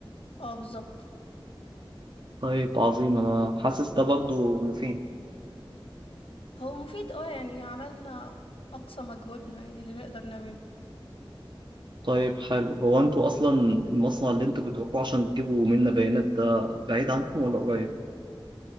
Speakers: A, on the left; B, on the right.
A: اه بالظبط
B: طيب عظيم انا حاسس ده برضه مفيد
A: هو مفيد اه يعني عملنا أقصى مجهودنا يعني اللي نقدر نعمله
B: طيب حلو هو انتوا اصلا المصنع اللي انتوا بتروحوه عشان تجيبوا منا بيانات ده بعيد عنكم ولا قريب؟